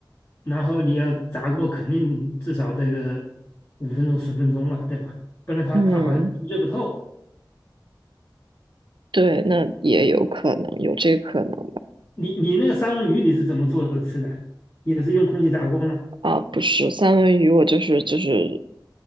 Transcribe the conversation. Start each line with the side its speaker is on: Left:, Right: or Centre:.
Left: 然后你要炸过，肯定至少得个五分钟十分钟吧，对吧？不然它它好像热不透。
Right: 嗯，对，那也有可能，有这可能吧。
Left: 你你那个三文鱼你是怎么做的吃的？也是用空气炸锅吗？
Right: 啊，不是，三文鱼我就是就是